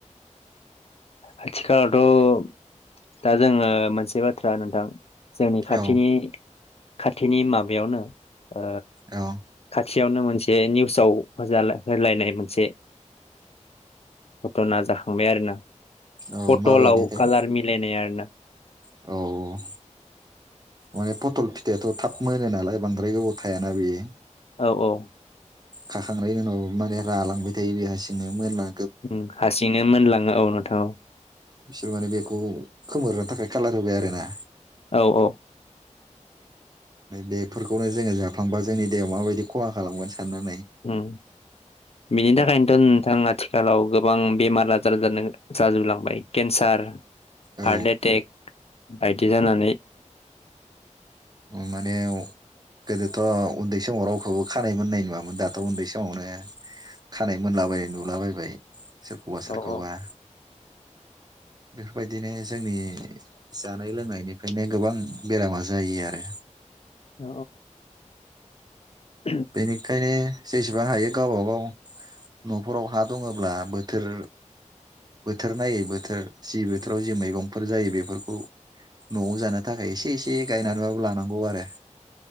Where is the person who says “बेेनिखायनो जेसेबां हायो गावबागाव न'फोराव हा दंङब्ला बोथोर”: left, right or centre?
Right